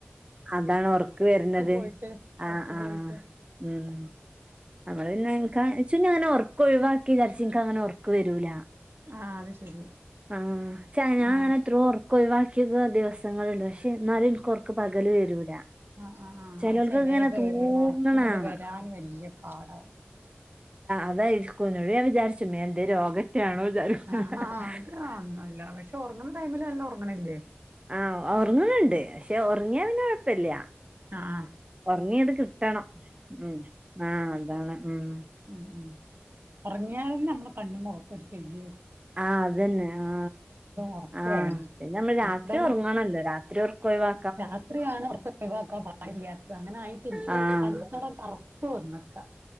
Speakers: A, on the right; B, on the right.
A: അതാണ് ഉറക്ക് വരുന്നത്
B: പോയിട്ട്
A: ആ
B: ഉറക്ക്
A: ആഹ
B: പോയിട്ട്
A: ഉം നമ്മള് പിന്നെ എ അങ്ങനെ ഉർക്ക ഒഴിക്കിതരച്ചന അങ്ങനെർ വരൂല
B: ആ അത് ശരി
A: ആഹ് അങ്ങനെ
B: ആ
A: എത്ര ഉറക്ക ചില ദിവസങ്ങളുണ്ട് പക്ഷെ നാല ഉറക്കം പകൽ വരൂല
B: ആ ആ ആ
A: ചിലൾക്കങ്ങനെ
B: അത് ചെലേത്
A: തൂങ്ങകാണാം
B: ഉറക്കങ്ങട്ട് വരാൻ വല്യ പാടാവും
A: അതായിരിക്ക വിചാരിച്ചു മേ എന്തന്റെ രോഗം യാണോ ജാരോ
B: ആ
A: <unintelligible>
B: അത് അന്നുല്ല പക്ഷെ ഉറങ്ങണ ടൈമില് നല്ല ഉറങ്ങണില്ലേ?
A: ആഹ ഉറങ്ങുന്നുണ്ട് പക്ഷെ ഉറങ്ങിയാ പിന്നെ കൊഴപ്പില്ല
B: ങഹ
A: ഒർങ്ങിയത് കിട്ടണം മ്മ് ആ അതാണ് മ്മ്
B: മ്മ് മ്മ് ഒർങ്ങിയാലെന്നെ കണ്ണും മൊകൊക്കൊര് തെളിയും
A: ആ അതന്നെ ആ
B: ഉറക്ക്
A: ആ
B: വേണം
A: പിന്നെ അമ്മളൾ രാത്രി
B: അതന്നെ
A: ഒർങ്ങണല്ലോ രാത്രി ഒർക്കൊയിവാ
B: രാത്രിയാണ് ഒർക് ഒഴിവാക്കാൻ പാടില്ലാത് അങ്ങനെ ആയിട്ട് ഇൻകൊക്കെ
A: ആഹ്
B: കൺതടം കർ പോന്ന്ക്ക